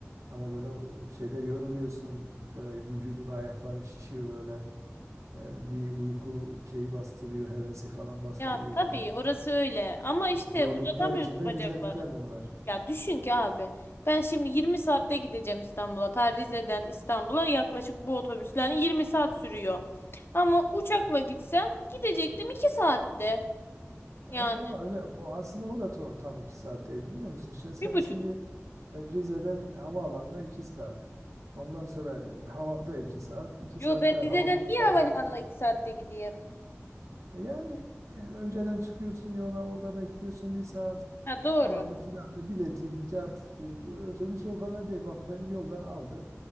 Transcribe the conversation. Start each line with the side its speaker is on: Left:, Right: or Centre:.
Right: Ama böyle o şeyde yoruluyorsun. Böyle vücudun ayakların şişiyor böyle. Ee, Bir uyku şeyi bastırıyor. Hevesi falan bastırıyor
Left: Ya tabii
Right: böyle.
Left: orası öyle. Ama işte
Right: Zorluklar
Left: uzatamıyorsun
Right: içinde
Left: bacaklarını.
Right: güzellikler bunlar.
Left: Ya düşün ki abi. Ben şimdi 20 saatte gideceğim İstanbul'a. Ta Rize'den İstanbul'a yaklaşık bu otobüsler 20 saat sürüyor. Ama uçakla gitsem gidecektim 2 saatte.
Right: E
Left: Yani
Right: Ama öyle o aslında o da to- tam iki saat değil biliyor musun? sen sen
Left: bir buçuk.
Right: şimdi e, Rize'den havaalanına iki saat. Ondan sonra havada iki saat. iki
Left: Yo
Right: saatte
Left: ben
Right: havadan
Left: Rize'den niye havalimanına
Right: çıkış.
Left: 2 saatte gideyim?
Right: E Yani e, önceden çıkıyorsun yola orada bekliyorsun bir saat
Left: Ha doğru.
Right: falan da filan da biletiydi, cartıydı. Otobüs o kadar değil. Bak beni yoldan aldı.